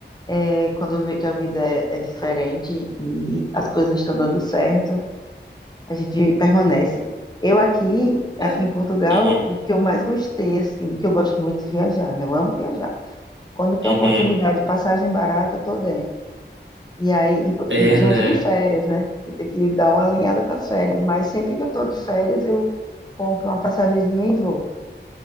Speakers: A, on the left; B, on the right.
A: é, quando vê que a vida é, é diferente e as coisas estão dando certo, a gente permanece. Eu aqui, aqui
B: É.
A: em Portugal,
B: Uhum,
A: o que eu mais gostei, assim, que eu gosto muito de viajar, né? Eu amo viajar. Quando tem
B: uhum.
A: oportunidade, passagem barata, tô dentro. E aí, inclu-
B: É,
A: e junto
B: né?
A: de férias, né? Que tem que dar uma alinhada com as férias. Mas sempre que eu tô de férias, eu compro uma passagenzinha e vou.